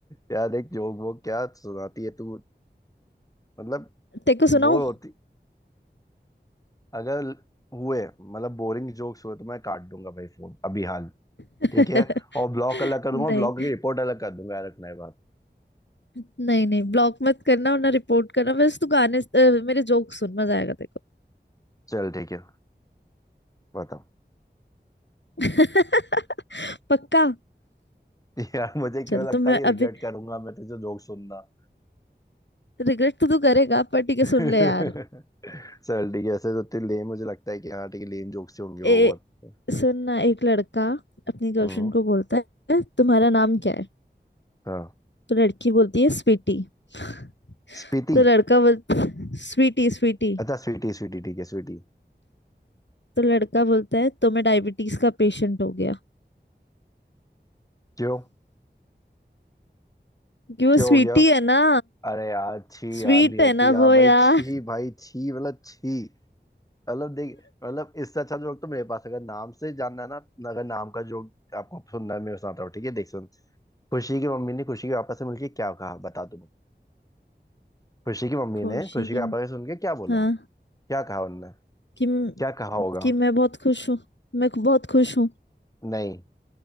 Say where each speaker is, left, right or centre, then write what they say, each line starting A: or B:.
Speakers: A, on the left; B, on the left.
A: यार एक जोक वो क्या सुनाती है तू मतलब
B: तेरे को सुनाऊं
A: बोर होती अगर हुए मतलब बोरिंग जोक्स हुए तो मैं काट दूंगा भाई फोन अभी हाल
B: <laughs>
A: ठीक है और ब्लॉक अलग कर दूंगा
B: नहीं
A: ब्लॉक की रिपोर्ट अलग कर दूंगा यार रखना है बात
B: नहीं नहीं ब्लॉक मत करना वरना रिपोर्ट करना बस तू गाने अ, मेरे जोक सुन मजा आएगा तेरे
A: चल ठीक है बताओ
B: को <laughs> पक्का
A: <laughs> यार मुझे क्यों
B: चल
A: लगता
B: तो मैं
A: है ये रिग्रेट
B: अभी
A: करूंगा मैं तुझे जोक सुनना
B: रिग्रेट तो तू करेगा पर ठीक है सुन
A: <laughs> चल
B: ले यार
A: ठीक है ऐसे तो इतने लेम मुझे लगता है कि हाँ ठीक है लेम जोक्स ही होंगे वो
B: ए
A: बहुत
B: सुन ना एक लड़का अपनी गर्लफ्रेंड
A: हम्म
B: को बोलता है तुम्हारा नाम क्या है
A: हाँ
B: तो लड़की बोलती है स्वीटी <laughs>
A: स्पीति
B: तो लड़का बोल स्वीटी स्वीटी
A: अच्छा स्वीटी स्वीटी ठीक है स्वीटी
B: तो लड़का बोलता है तो मैं डायबिटीज का पेशेंट हो गया
A: क्यों
B: क्योंकि वो
A: क्यों
B: स्वीटी
A: हो गया
B: है ना
A: अरे यार छी
B: स्वीट
A: यार नियति
B: है ना
A: यार
B: वो
A: भाई
B: यार
A: छी भाई छी मतलब छी मतलब देख मतलब इससे अच्छा जोक तो मेरे पास है। अगर नाम से जानना है ना अगर नाम का जोक आपको सुनना है मैं सुनाता हूँ ठीक है देख सुन खुशी की मम्मी ने खुशी के पापा से मिलके क्या कहा बता तुम खुशी
B: <laughs>
A: की मम्मी
B: खुशी
A: ने खुशी
B: की
A: के पापा से सुन के क्या बोला
B: हाँ
A: क्या कहा उनने
B: कि
A: क्या कहा होगा
B: कि मैं बहुत खुश हूँ मैं बहुत खुश हूँ
A: नहीं